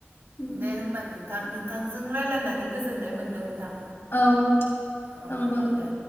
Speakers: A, on the left; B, on the right.
A: उम,
B: दे होमबा नों नोंथां नोंथांजों रायज्लायनानै गोजोननाय मोनदों नोंथां
A: औ
B: औ
A: आंबा
B: दे